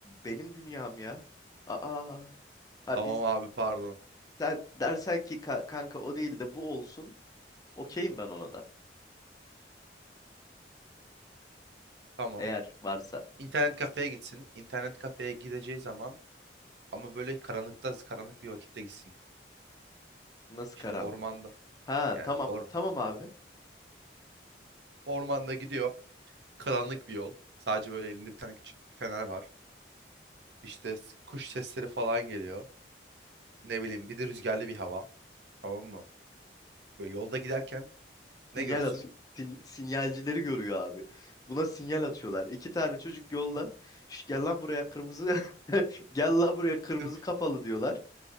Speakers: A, on the left; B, on the right.
A: benim dünyam ya. Aa,
B: <laughs>
A: ha
B: Tamam
A: biz
B: abi pardon.
A: sen dersen ki "Ka- kanka o değil de bu olsun. Okeyim ben ona da.
B: Tamam.
A: Eğer varsa.
B: İnternet kafeye gitsin. İnternet kafeye gideceği zaman ama böyle karanlıkta karanlık bir vakitte gitsin.
A: Nasıl
B: İşte
A: karanlık?
B: ormanda.
A: Ha
B: Yani
A: tamam
B: or
A: tamam abi.
B: ormanda gidiyor. Karanlık bir yol. Sadece böyle elinde bir tane küçük bir fener var. İşte s- kuş sesleri falan geliyor. Ne bileyim bir de rüzgarlı bir hava. Tamam mı? Böyle yolda giderken ne
A: Sinyal
B: görsün?
A: atıyor. Sin- sinyalcileri görüyor abi. Buna sinyal atıyorlar. İki tane çocuk yolda. "Şş, gel lan buraya kırmızı. <laughs> Gel lan buraya kırmızı
B: <laughs>
A: kafalı diyorlar.